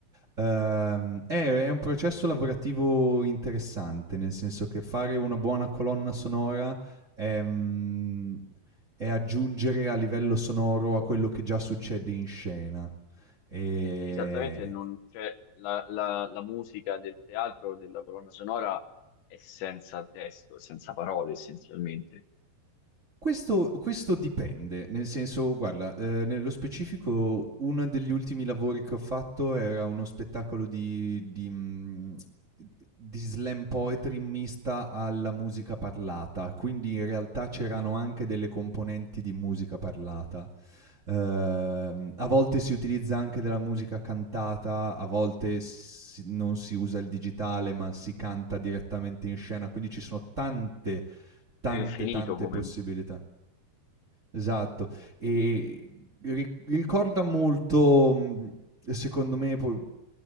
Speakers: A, on the right (about 30°); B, on the left (about 80°).
A: Ehm, è, è un processo lavorativo interessante, nel senso che fare una buona colonna sonora è, mm, è aggiungere a livello sonoro a quello che già succede in scena. E
B: perché esattamente non, cioè, la, la la musica del teatro, della colonna sonora è senza testo, è senza parole essenzialmente.
A: Questo questo dipende, nel senso guarda, ehm, nello specifico uno degli ultimi lavori che ho fatto era uno spettacolo di di mhmm, di slam poetry mista alla musica parlata, quindi in realtà c'erano anche delle componenti di musica parlata. Ehm, a volte si utilizza anche della musica cantata, a volte s non si usa il digitale, ma si canta direttamente in scena, quindi ci sono tante,
B: È
A: tante,
B: infinito
A: tante
B: come
A: possibilità.
B: mondo.
A: Esatto. E ri ricorda molto, mhmm, secondo me po